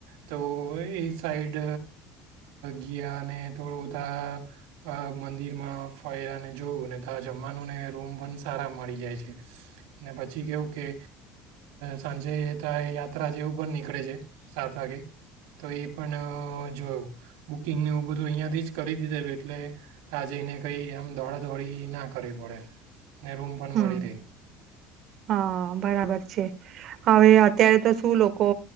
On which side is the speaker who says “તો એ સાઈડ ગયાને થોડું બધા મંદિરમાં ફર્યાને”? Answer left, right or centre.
Right